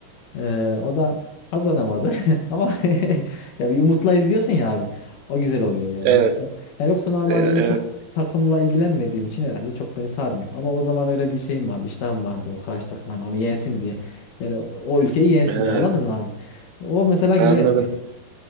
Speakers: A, on the left; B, on the right.
A: Ee, o da kazanamadı <laughs> ama <laughs> ya bir umutla izliyorsun ya abi. O güzel oluyor yani.
B: Evet.
A: Yoksa ya yoksa normalde
B: e, evet.
A: ben çok takımla ilgilenmediğim için herhalde çok beni sarmıyor. Ama o zaman öyle bir şeyim vardı, iştahım vardı o karşı takım hani onu yensin diye. Yani o o ülkeyi yensin
B: Ee,
A: diye anladın mı abi? O mesela güzeldi.
B: anladım.